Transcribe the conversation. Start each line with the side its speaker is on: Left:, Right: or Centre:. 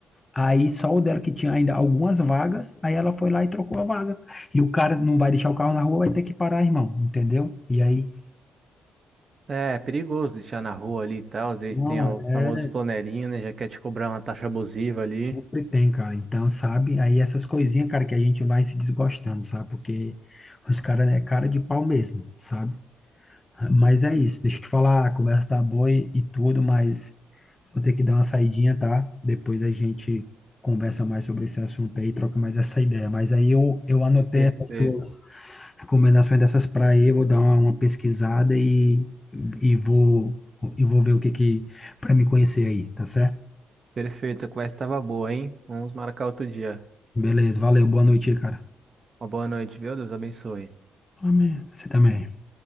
Left: aí só o dela que tinha ainda algumas vagas, aí ela foi lá e trocou a vaga. E o cara não vai deixar o carro na rua, vai ter que parar, irmão, entendeu? E aí,
Right: É, é perigoso deixar na rua ali e tal. Às vezes
Left: não,
Right: tem o
Left: é,
Right: famoso flanelinha, né? Já quer te cobrar uma taxa abusiva ali.
Left: sempre tem, cara. Então, sabe? Aí essas coisinhas, cara, que a gente vai se desgostando, sabe? Porque os caras é cara de pau mesmo, sabe? Mas é isso, deixa eu te falar, a conversa tá boa e e tudo, mas. Vou ter que dar uma saidinha, tá? Depois a gente conversa mais sobre esse assunto aí, troca mais essa ideia. Mas aí eu, eu anotei
Right: Perfeito.
Left: essas tuas recomendações dessas para aí, vou dar uma, uma pesquisada e, e vou e vou ver o que que para me conhecer aí, tá certo?
Right: Perfeito, a conversa estava boa, hein? Vamos marcar outro dia.
Left: Beleza, valeu, boa noite aí, cara.
Right: Uma boa noite, viu? Deus abençoe.
Left: Amém. Você também.